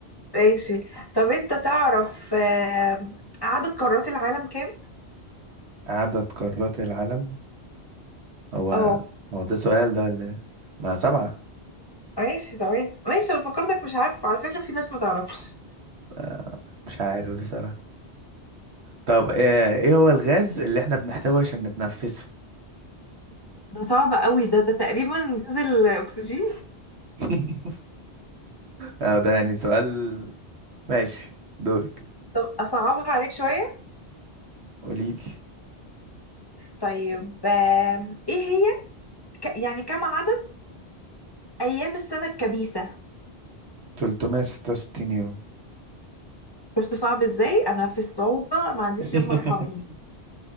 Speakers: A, on the left; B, on the right.
A: ماشي طب أنت تعرف آه، عدد قارات العالم كام؟
B: عدد قارات العالم هو
A: اه
B: هو ده سؤال ده ولا ايه ما سبعة
A: ماشي تمام ماشي أنا فكرتك مش عارفة على فكرة في ناس ما تعرفش
B: آه مش عارف بصراحة طب ايه ايه هو الغاز اللي احنا بنحتاجه عشان نتنفسه
A: ده صعب قوي ده ده تقريبا جزء الأكسجين
B: <laughs> اه ده يعني سؤال ماشي دورك
A: طب أصعبها عليك شوية
B: قوليلي
A: طيب آم، إيه هي ك... يعني كم عدد أيام السنة الكبيسة؟
B: 366 يوم
A: شفت صعب إزاي؟ أنا في الصعوبة ما عنديش
B: <laughs>
A: يوم مرحمين